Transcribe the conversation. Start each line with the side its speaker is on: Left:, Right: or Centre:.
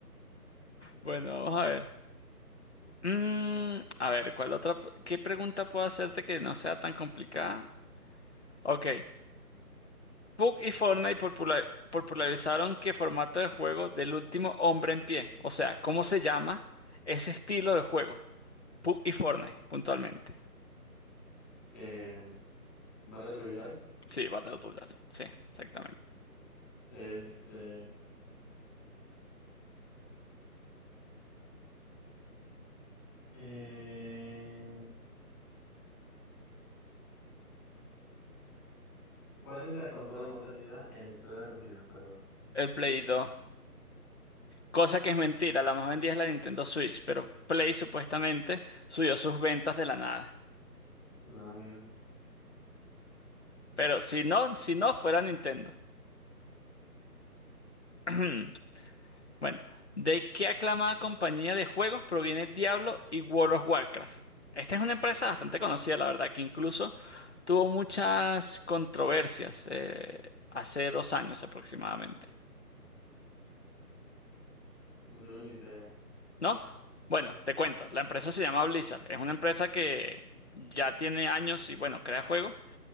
Left: Bueno, vamos a ver. Mm, a ver, ¿cuál otra? pu- ¿Qué pregunta puedo hacerte que no sea tan complicada? Ok. Pug y Fortnite popular- popularizaron qué formato de juego del último hombre en pie. O sea, ¿cómo se llama ese estilo de juego? Pug y Fortnite, puntualmente.
Centre: Eh, Battle Royale.
Left: Sí, Battle Royale. Sí, exactamente.
Centre: Este. eh, ¿cuál es la consola más vendida en la historia de los videojuegos?
Left: El Play 2. Cosa que es mentira, la más vendida es la Nintendo Switch, pero Play supuestamente subió sus ventas de la nada.
Centre: Ah, mira.
Left: Pero si no, si no fuera Nintendo. <clears throat> Bueno, ¿de qué aclamada compañía de juegos proviene Diablo y World of Warcraft? Esta es una empresa bastante conocida, la verdad, que incluso tuvo muchas controversias eh, hace dos años aproximadamente,
Centre: No tengo ni idea.
Left: ¿no? Bueno, te cuento, la empresa se llama Blizzard, es una empresa que ya tiene años y bueno, crea juegos